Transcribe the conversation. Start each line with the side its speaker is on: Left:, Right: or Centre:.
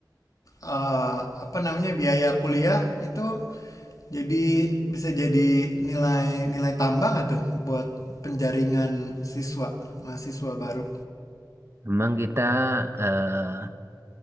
Left: eh, apa namanya biaya kuliah itu jadi bisa jadi nilai nilai tambah nggak tuh buat penjaringan siswa mahasiswa baru
Right: Memang kita eh,